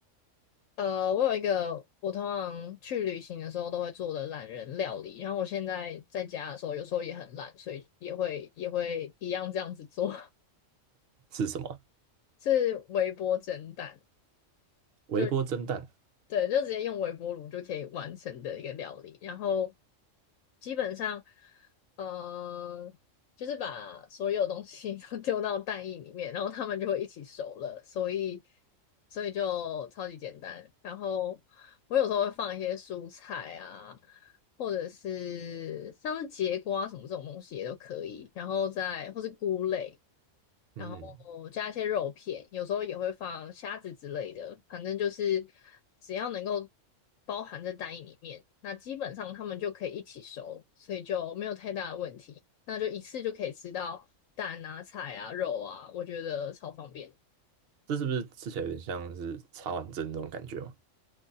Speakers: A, on the left; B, on the right.
A: 呃，我有一个我通常去旅行的时候都会做的懒人料理，然后我现在在家的时候有时候也很懒，所以也会也会一样这样子做，
B: 是什么啊
A: <laughs> 是微波蒸蛋，
B: 微波蒸蛋。
A: 就对，就直接用微波炉就可以完成的一个料理。然后基本上，呃，就是把所有东西 <laughs> 都丢到蛋液里面，然后它们就会一起熟了。所以，所以就超级简单。然后我有时候会放一些蔬菜啊，或者是像是节瓜什么这种东西也都可以。然后再或是菇类。
B: 嗯，
A: 然后加一些肉片，有时候也会放虾子之类的，反正就是只要能够包含在蛋液里面，那基本上它们就可以一起熟，所以就没有太大的问题。那就一次就可以吃到蛋啊、菜啊、肉啊，我觉得超方便
B: 这是不是吃起来有点像是茶碗蒸那种感觉吗？